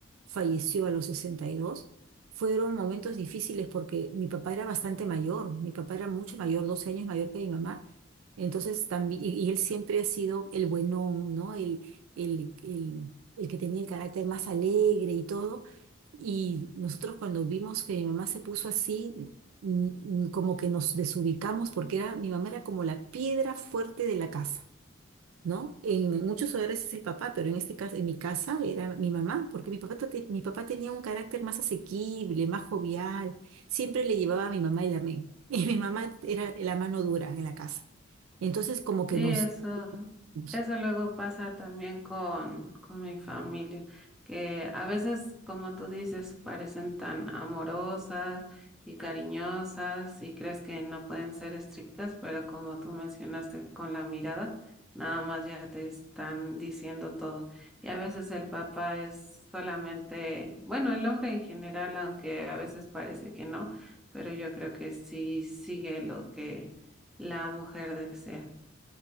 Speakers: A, on the right (about 90°); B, in the centre.
A: falleció a los 62. Fueron momentos difíciles porque mi papá era bastante mayor, mi papá era mucho mayor, 12 años mayor que mi mamá. Entonces también, y, y él siempre ha sido el buenón, ¿no? El, el, el, el que tenía el carácter más alegre y todo. Y nosotros cuando vimos que mi mamá se puso así, mm, mm, como que nos desubicamos porque era, mi mamá era como la piedra fuerte de la casa. ¿no? En muchos hogares es el papá, pero en este caso, en mi casa era mi mamá, porque mi papá, te- mi papá tenía un carácter más asequible, más jovial, siempre le llevaba a mi mamá el amén, <laughs> y mi mamá era la mano dura en la casa. Entonces, como que
B: Sí,
A: nos...
B: eso,
A: nos-
B: eso luego pasa también con, con mi familia, que a veces, como tú dices, parecen tan amorosas y cariñosas y crees que no pueden ser estrictas, pero como tú mencionaste con la mirada, nada más ya te están diciendo todo. Y a veces el papá es solamente, bueno, el hombre en general, aunque a veces parece que no, pero yo creo que sí sigue lo que la mujer desea.